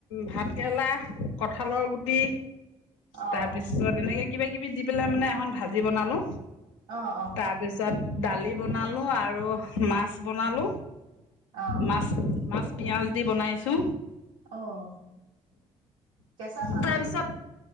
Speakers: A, on the left; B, on the right.
A: ভাত কেৰেলা, কঠালৰ গুটি
B: অ
A: তাৰপিছত এনেকে কিবা কিবি দি পেলাই মানে এখন ভাজি বনালোঁ
B: অ অ
A: তাৰপিছত দালি বনালো আৰু মাছ বনালো
B: অহ
A: মাছ মাছ পিয়াজ দি বনাইছো
B: অহ কেচা মাছ?
A: তাৰপিছত